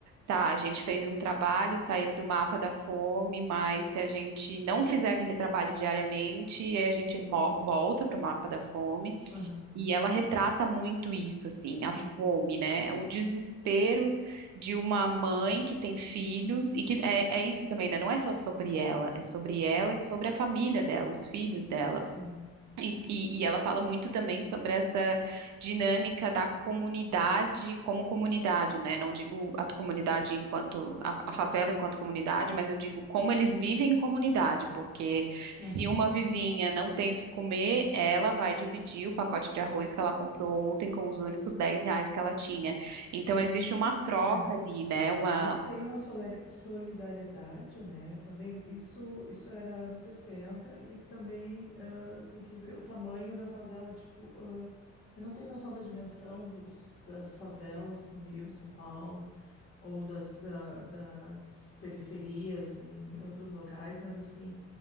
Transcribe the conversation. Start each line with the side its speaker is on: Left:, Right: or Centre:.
Right: tá, a gente fez um trabalho, saiu do mapa da fome, mas se a gente não fizer aquele trabalho diariamente, aí a gente mo- volta para o mapa da fome.
Left: Aham,
Right: E ela retrata muito isso, assim, a fome,
Left: é,
Right: né? O desespero de uma mãe que tem filhos, e que é, é isso também, né? Não é só sobre ela, é sobre ela
Left: é, é,
Right: e sobre a família dela, os filhos dela.
Left: sim,
Right: E, e, e ela fala muito também sobre essa dinâmica da comunidade como comunidade, né? Não digo a comunidade enquanto a, a favela enquanto comunidade, mas eu digo como eles vivem em comunidade, porque
Left: aham,
Right: se uma vizinha não tem o que comer, ela vai dividir o pacote de arroz que ela comprou ontem com os únicos 10 reais que ela tinha. Então existe uma troca
Left: é.
Right: ali, né? Uma
Left: E tem uma solera- solidariedade, né? Também isso, isso era anos 60 e também ãh, tem que ver o tamanho da favela, tipo, ãh, eu não tenho noção da dimensão dos, das favelas no Rio, São Paulo. ou das, da- das periferias em outros locais, mas assim,